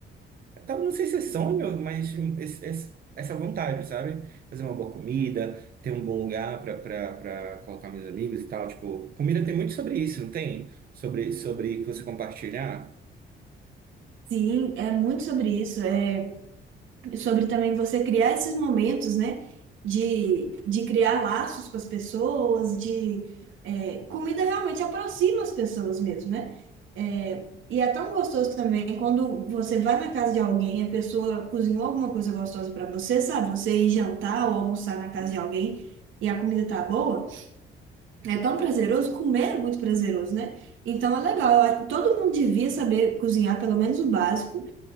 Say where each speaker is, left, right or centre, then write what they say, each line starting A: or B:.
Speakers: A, on the right; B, on the right.
A: talvez não sei se é sonho, mas esse- esse- essa vontade, sabe? Fazer uma boa comida, ter um bom lugar para para para colocar meus amigos e tal. Tipo, comida tem muito sobre isso, não tem? Sobre, sobre que você compartilhar.
B: sim, é muito sobre isso. é sobre também você criar esses momentos, né? De, de criar laços com as pessoas, de é, comida realmente aproxima as pessoas mesmo, né? É, e é tão gostoso também quando você vai na casa de alguém, a pessoa cozinhou alguma coisa gostosa para você, sabe? Você ir jantar ou almoçar na casa de alguém e a comida tá boa, é tão prazeroso, comer é muito prazeroso, né? Então é legal, eu a- todo mundo devia saber cozinhar pelo menos o básico